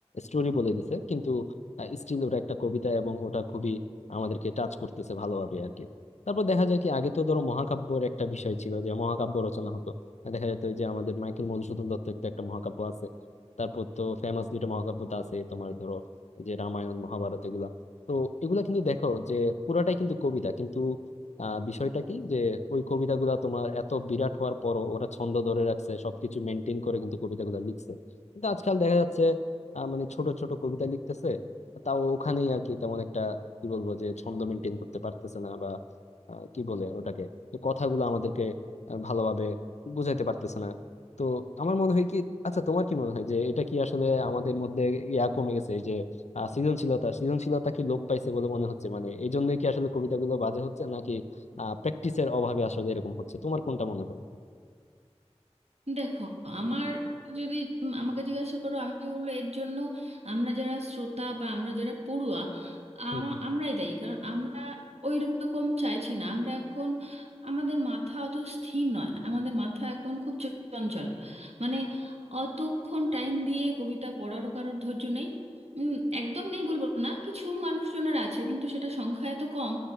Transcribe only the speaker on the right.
দেখো আমার যদি উম আমাকে জিজ্ঞাসা করো আমি বলবো এর জন্য আমরা যারা শ্রোতা বা আমরা যারা পড়ুয়া আমা-
আমরাই দায়ী কারণ আমরা ওই রকম চাইছি না আমরা এখন আমাদের মাথা অত স্থির নয় আমাদের মাথা এখন খুব চঞ্চল মানে অতক্ষণ টাইম দিয়ে কবিতা পড়ারও কারোর ধৈর্য নেই উম, একদম নেই বলবো না কিছু মানুষজনের আছে কিন্তু সেটা সংখ্যা এত কম